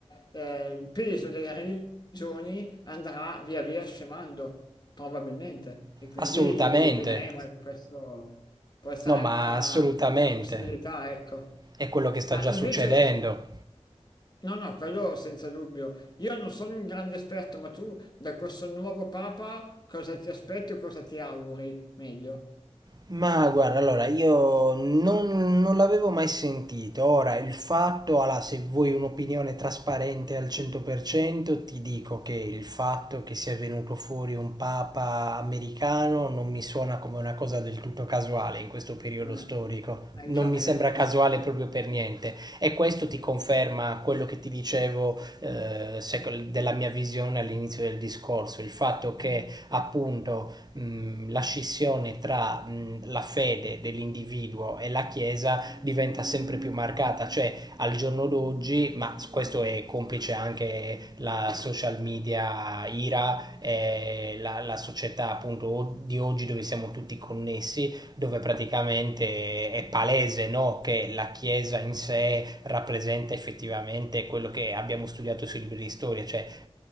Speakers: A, on the left; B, on the right.
A: eh, il peso delle religioni andrà via via scemando, probabilmente. E quindi
B: Assolutamente.
A: vedremo, ecco, questo può essere
B: No, ma
A: una
B: assolutamente.
A: una possibilità, ecco.
B: È quello che sta
A: Ma
B: già
A: invece
B: succedendo.
A: No, no, quello senza dubbio. Io non sono un grande esperto, ma tu da questo nuovo Papa cosa ti aspetti o cosa ti auguri? Meglio.
B: Ma guarda, allora io non, non l'avevo mai sentito. Ora, il fatto, allora, se vuoi un'opinione trasparente al 100%, ti dico che il fatto che sia venuto fuori un papa americano non mi suona come una cosa del tutto casuale in questo periodo
A: Eh,
B: storico.
A: anche
B: Non
A: a me.
B: mi sembra casuale proprio per niente. E questo ti conferma quello che ti dicevo, eh, sec- della mia visione all'inizio del discorso, il fatto che appunto mh, la scissione tra mh, la fede dell'individuo e la Chiesa diventa sempre più marcata, cioè al giorno d'oggi, ma questo è complice anche la social media IRA, eh, la, la società appunto di oggi dove siamo tutti connessi, dove praticamente è palese no, che la Chiesa in sé rappresenta effettivamente quello che abbiamo studiato sui libri di storia, cioè